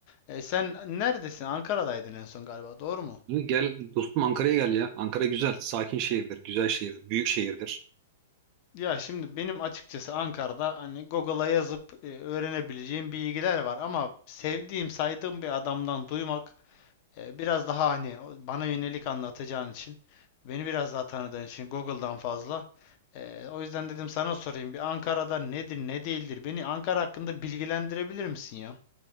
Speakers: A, on the left (about 45°); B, on the right (about 45°).
A: E, sen neredesin? Ankara'daydın en son galiba, doğru mu?
B: Gel dostum Ankara'ya gel ya. Ankara güzel, sakin şehirdir, güzel şehirdir, büyük şehirdir.
A: Ya şimdi benim açıkçası Ankara'da hani Google'a yazıp e, öğrenebileceğim bilgiler var ama sevdiğim, saydığım bir adamdan duymak E, biraz daha hani bana yönelik anlatacağın için, beni biraz daha tanıdığın için Google'dan fazla. E, o yüzden dedim sana sorayım. Bir Ankara'da nedir, ne değildir? Beni Ankara hakkında bilgilendirebilir misin ya?